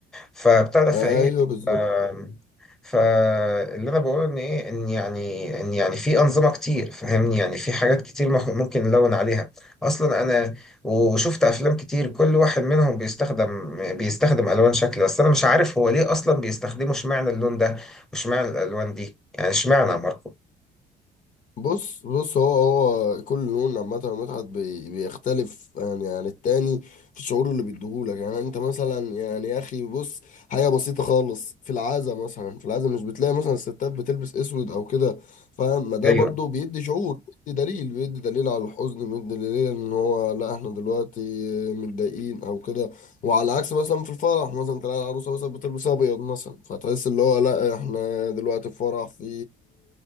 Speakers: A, in the centre; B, on the left (about 50°).
A: فبتاع ده فايه
B: ايوه بالظبط
A: آم، فاللي انا بقوله ان ايه ان يعني ان يعني في انظمه كتير فاهمني يعني في حاجات كتير مح- ممكن نلون عليها اصلا انا وشفت افلام كتير كل واحد منهم بيستخدم بيستخدم الوان شكل بس انا مش عارف هو ليه اصلا بيستخدموا اشمعنى اللون ده واشمعنى الالوان دي يعني اشمعنى يا ماركو
B: بص بص هو هو كل لون عامة متعة بي- بيختلف يعني عن التاني في الشعور اللي بيديهولك يعني انت مثلا يعني يا اخي بص حاجة بسيطة خالص في العازة مثلا في العازة مش بتلاقي مثلا الستات بتلبس اسود او كده فاهم ما ده
A: ايوه
B: برضو بيدي شعور بيدي دليل بيدي دليل على الحزن بيدي دليل ان هو لا احنا دلوقتي متضايقين او كده وعلى عكس مثلا في الفرح مثلا تلاقي العروسة مثلا بتلبس ابيض مثلا فتحس اللي هو لا احنا دلوقتي في فرح في